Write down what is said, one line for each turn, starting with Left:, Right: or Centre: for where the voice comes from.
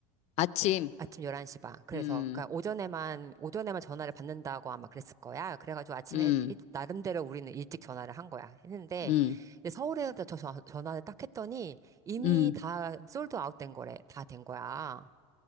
Left: 아침,
Right: 아침 11시 반 그래서
Left: 음,
Right: 그니까 오전에만 오전에만 전화를 받는다고 아마 그랬을 거야 그래가지고 아침에
Left: 음,
Right: 일- 나름대로 우리는 일찍 전화를 한 거야 했는데
Left: 음,
Right: 이제 서울에서 저 전- 전화를 딱 했더니 이미
Left: 음.
Right: 다 솔드 아웃 된 거래 다 된 거야